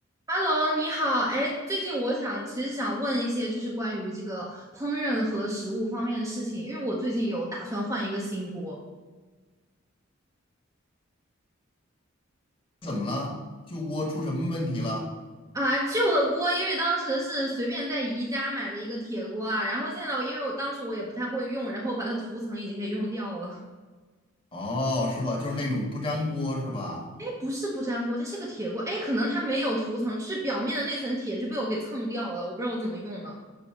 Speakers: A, on the right (about 15°); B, on the left (about 25°).
A: Hello，你好。哎，最近我想其实想问一些就是关于这个烹饪和食物方面的事情，因为我最近有打算换一个新锅
B: 怎么了？旧锅出什么问题了？
A: 啊，旧的锅，因为当时是随便在宜家买的一个铁锅啊，然后现在我因为我当时我也不太会用，然后把它涂层已经给用掉了。
B: 哦，是吧？就是那种不粘锅是吧？
A: 哎，不是不粘锅，它是个铁锅。哎，可能它没有涂层，就是表面的那层铁就被我给蹭掉了，我不知道我怎么用的。